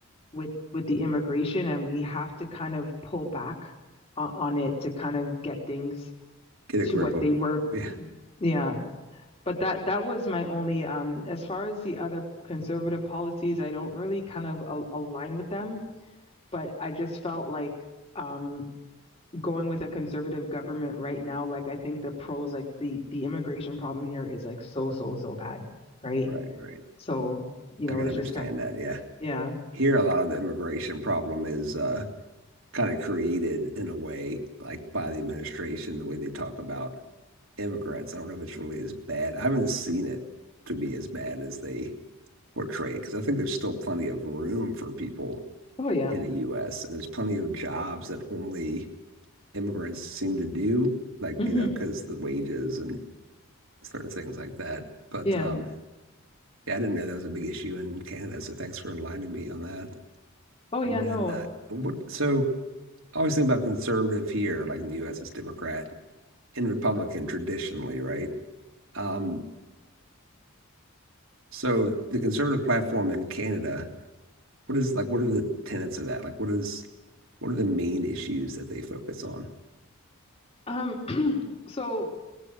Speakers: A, on the left; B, on the right.
A: with with the immigration and we have to kind of pull back on, on it to kind of get things
B: Get a
A: to
B: grip
A: what
B: of,
A: they were.
B: yeah,
A: Yeah. But that that was my only um as far as the other conservative policies, I don't really kind of a align with them, but I just felt like um going with a conservative government right now, like I think the pros, like the the immigration problem here is like so so so bad, right?
B: right, right.
A: So you
B: I
A: know,
B: can
A: it's
B: understand
A: just kind of
B: that. Yeah,
A: yeah.
B: here a lot of the immigration problem is uh, kind of created in a way like by the administration, the way they talk about immigrants. I don't know if it's really as bad. I haven't seen it to be as bad as they portray it because I think there's still plenty of room for people
A: Oh yeah.
B: in the U.S. and there's plenty of jobs that only immigrants seem to do, like,
A: hmm
B: you know, because the wages and certain things like that. But
A: Yeah.
B: um, yeah, I didn't know that was a big issue in Canada. So thanks for enlightening me on that.
A: Oh yeah.
B: And then
A: No.
B: uh, what? So I always think about conservative here, like in the U.S., it's Democrat and Republican traditionally, right? Um, so the conservative platform in Canada, what is like? What are the tenets of that? Like, what is what are the main issues that they focus on?
A: Um. <clears throat> So